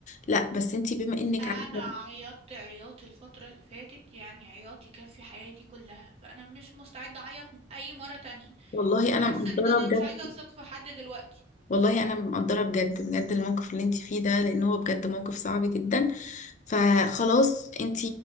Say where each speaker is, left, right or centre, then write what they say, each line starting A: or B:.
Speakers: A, on the left; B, on the right.
A: لا بس انت بما انك
B: انا
A: عارفة
B: عيطت عياط الفترة اللي فاتت يعني عياط يكفي حياتي كلها فانا مش مستعدة اعيط م- اي مرة تانية
A: والله
B: حاسة
A: انا مقدرة
B: ان انا
A: بجد
B: مش عايزة اثق في حد دلوقتي
A: والله انا مقدرة بجد بجد الموقف اللي انت فيه ده لان هو بجد موقف صعب جدا فخلاص انت